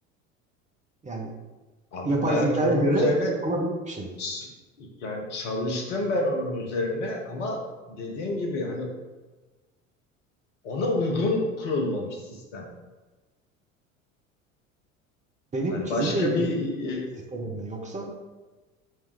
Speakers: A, on the right (about 20°); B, on the left (about 65°).
A: Yani
B: Abi
A: yapay
B: ben
A: zekaya
B: onun
A: göre
B: üzerine
A: yapılabilir bir şey.
B: ç- yani çalıştım ben onun üzerine ama dediğin gibi hani ona uygun kurulmamış sistem.
A: Benim
B: Hani
A: çizimle
B: başka
A: ilgili
B: bir
A: sistemim
B: e,
A: mi yoksa?